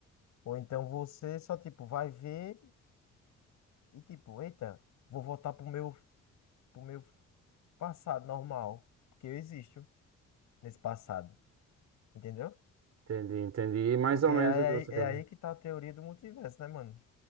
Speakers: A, on the left (about 70°); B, on the right (about 55°).
A: ou então você só, tipo, vai ver e tipo, eita, vou voltar pro meu, pro meu passado normal. Porque eu existo nesse passado. Entendeu?
B: Entendi, entendi. Mais
A: Porque
B: ou menos
A: é aí,
B: o que você
A: é
B: quer.
A: aí que tá a teoria do multiverso, né, mano?